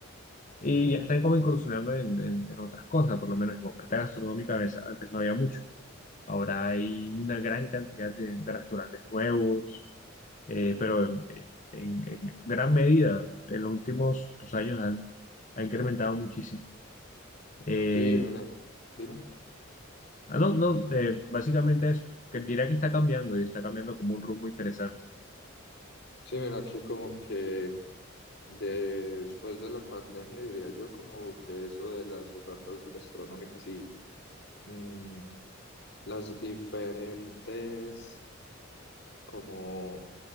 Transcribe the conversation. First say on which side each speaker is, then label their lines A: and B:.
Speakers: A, on the left (about 55°); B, on the left (about 40°).
A: Sí,
B: Y ya están como incursionando en, en- en otras cosas, por lo menos en oferta gastronómica, a veces antes no había mucho. Ahora hay una gran cantidad de, de restaurantes nuevos, eh, pero en, en- en gran medida en los últimos dos años han, ha incrementado muchísimo. Eh,
A: sí, mira, dime.
B: ah, no, no, eh, básicamente eso, que diría que está cambiando y está cambiando como un rumbo interesante.
A: Sí, mira que como que después de la pandemia diría yo como que eso de las ofertas gastronómicas y mm, las diferentes como